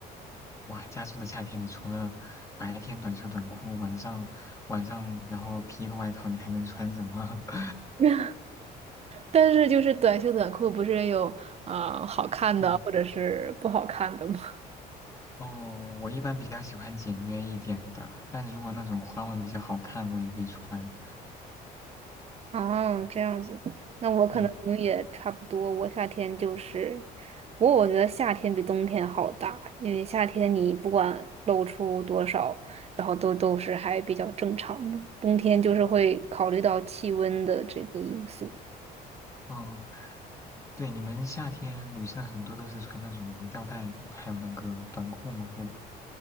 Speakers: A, on the left; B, on the right.
A: 哇，加州的夏天，你除了白天短袖短裤，晚上晚上然后披一个外套，你还能穿什么？<laughs>
B: <laughs> 但是就是短袖短裤不是也有啊呃好看的或者是不好看的吗？
A: 嗯，哦，我一般比较喜欢简约一点的，但如果那种花纹比较好看，我也会穿。
B: 哦，这样子，那我可能也差不多。
A: 对，
B: 我夏天就是，不过我觉得夏天比冬天好搭，因为夏天你不管露出多少，然后都都是还比较正常的。冬天就是会考虑到气温的这个因素。
A: 嗯，对，你们夏天女生很多都是穿那种吊带，还有那个短裤嘛，对吧？